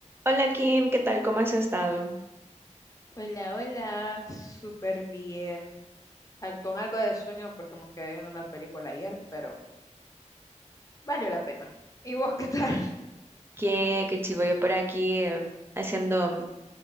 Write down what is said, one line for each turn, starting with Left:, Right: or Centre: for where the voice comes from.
Right: Hola Kim, ¿qué tal? ¿Cómo has estado?
Left: Hola, hola, súper bien. Al- Con algo de sueño porque me quedé viendo una película ayer, pero valió la pena. ¿Y vos qué tal?
Right: Qué, qué chivo yo por aquí eh, haciendo,